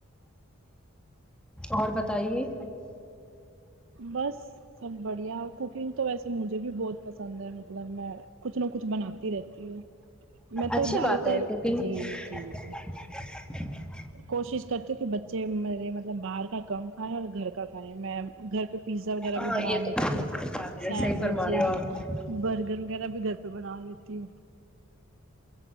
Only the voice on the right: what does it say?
بس سب بڑھیا کوکنگ تو ویسے مجھے بھی بہت پسند ہے مطلب میں کچھ نہ کچھ بنا رہتی ہے میں تو
زیادہ
تر
جی جی جی
کوشش کرتے کہ بچے میرے مطلب باہر کا کم کھائیں اور گھر کا کھائیں میں گھر پہ پیزا وغیرہ
بھی بنا
لیتی
ہوں
سینڈوچز
برگر وغیرہ بھی گھر پہ بنا لیتی ہوں